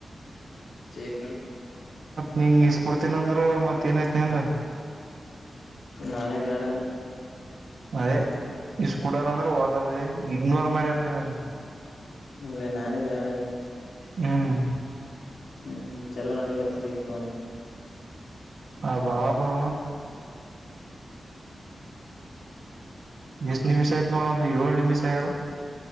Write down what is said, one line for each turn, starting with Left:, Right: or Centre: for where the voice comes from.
Left: ಚನ್
Right: ನಿಂಗ ಇಸ್ ಕುಡ್ತೀನ ಅಂದ್ರರು ಮತ್ ಏನೈತಿನ ಅಂದ
Left: ನಾನೇ ಬ್ಯಾಡ
Right: ಅದೇ ಇಷ್ಟ ಕುಡಲ್ಲ ಅಂದ್ರೆ ಹಲ್ಲಂದ ಇಗ್ನೋರ್ ಮಾಡ್ಯಾರ ನೀವ.
Left: ಇಲ್ಲ ನಾನೇ ಬ್ಯಾಡನೇ.
Right: ಹ್ಮ್.
Left: ಹ್ಮ್ ಚಲೋ ನಡಗತದಫನ್-
Right: ಹಬಾಬಾ ಎಷ್ಟ ನಿಮಿಷ ಆಯ್ತ್ ನೋಡಂದ ಏಳ್ ನಿಮಿಷ ಆಯಲ್